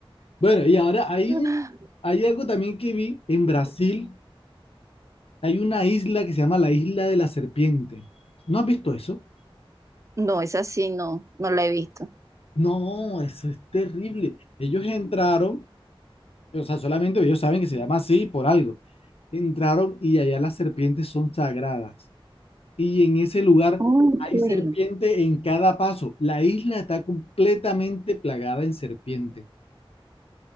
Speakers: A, on the left; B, on the right.
A: Bueno, y ahora hay
B: <laughs>
A: un, hay algo también que vi en Brasil. Hay una isla que se llama la Isla de la Serpiente. ¿No has visto eso?
B: No, es así, no, no la he visto.
A: No, eso es terrible. Ellos entraron, o sea, solamente ellos saben que se llama así por algo. Entraron y allá las serpientes son sagradas. Y en ese lugar
B: Ok.
A: hay serpiente en cada paso. La isla está completamente plagada en serpiente.